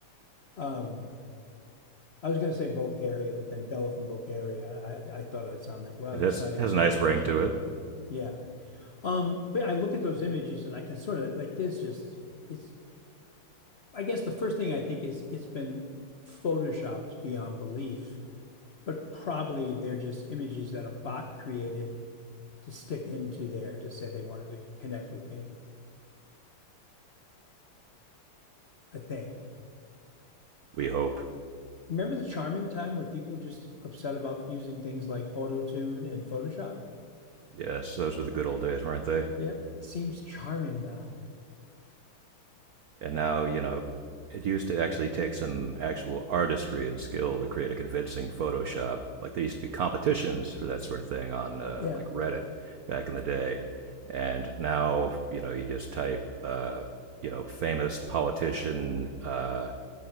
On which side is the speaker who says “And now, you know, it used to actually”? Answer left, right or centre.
Right